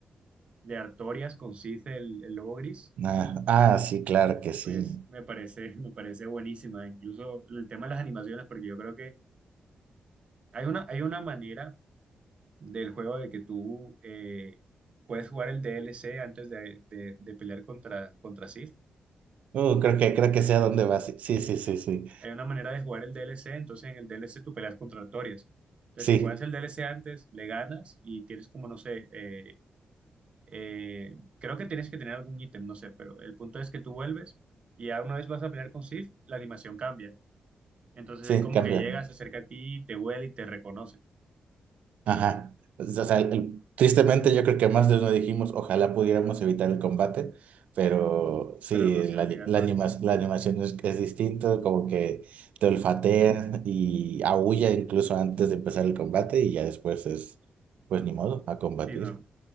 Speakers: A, on the right (about 55°); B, on the right (about 80°).
A: de Artorias con Sith, el, el lobo gris,
B: Ah, ah, sí, claro que sí.
A: pues me parece, <laughs> me parece buenísima. Incluso el tema de las animaciones, porque yo creo que hay una, hay una manera del juego de que tú eh, puedes jugar el DLC antes de, de- de pelear contra, contra Sith.
B: Uh, creo que, creo que sé a dónde vas. Sí, sí, sí, sí.
A: Hay una manera de jugar el DLC, entonces en el DLC tú peleas contra Artorias. Entonces,
B: Sí,
A: si juegas el DLC antes, le ganas y tienes como, no sé, eh, Eh, creo que tienes que tener algún ítem, no sé, pero el punto es que tú vuelves y ya una vez vas a pelear con Sif, la animación cambia. Entonces,
B: sí,
A: él como
B: sí, cambia.
A: que llegas, se acerca a ti, te huele y te reconoce,
B: Ajá. Pues, O sea, el- tristemente yo creo que más de uno dijimos, ojalá pudiéramos evitar el combate, pero sí,
A: pero no sea
B: la,
A: obligatorio.
B: ani- la, anima- la animación es, es distinto, como que te olfatea y aúlla incluso antes de empezar el combate y ya después es, pues ni modo, a combatir.
A: Sí, no,